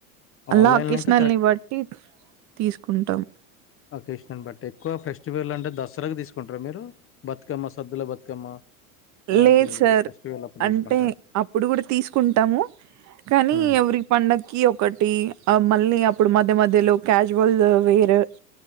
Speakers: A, on the right (about 40°); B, on the left (about 30°).
A: అలా
B: ఆన్లైన్లో
A: అకేషనల్
B: అయితే కరెక్ట్
A: నీ బట్టి తీసు కుంటాం
B: అకేషనల్ బట్టి ఎక్కువ ఫెస్టివల్ అంటే దసరాకి తీసుకుంటారా మీరు బతుకమ్మ సద్దుల బతుకమ్మ అలాంటి
A: లేదు సార్
B: ఫెస్టివల్ అప్పుడు
A: అంటే
B: తీసుకుంటారా
A: అప్పుడు కూడా తీసుకుంటాము కానీ
B: ఉమ్
A: ఎవ్రీ పండకి ఒకటి అ మళ్ళీ అప్పుడు మధ్య మధ్యలో క్యాజువల్ వి వేరు